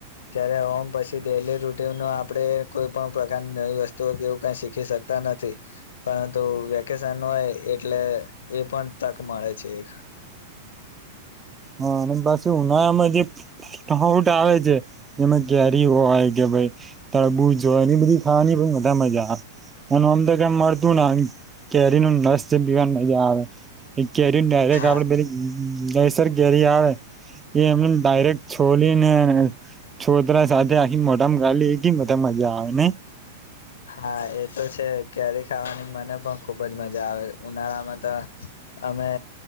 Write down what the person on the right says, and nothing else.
હા અને બસ ઉનામાં જે ખઉટ આવે છે એમાં કેરી હોય કે ભાઈ તળબૂજ હો એની બધી ખાવાની પણા મજા આવે એ આમ તો મળતું ને કેરી ન નસ જે પીવાની મજા આવે કેરીરે
આપડે પ દસ સર ઘેરી આવે એ એમને ડાયરેક્ટ છોલીને છોતરા સાથે આખી મોટામાં ઘાલી એ કે બધા મજા આવે ને